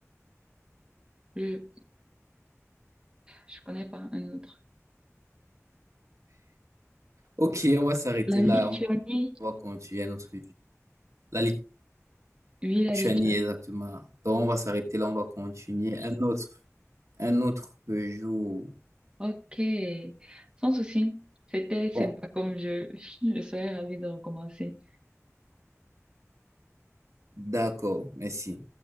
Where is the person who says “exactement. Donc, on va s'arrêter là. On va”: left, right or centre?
Right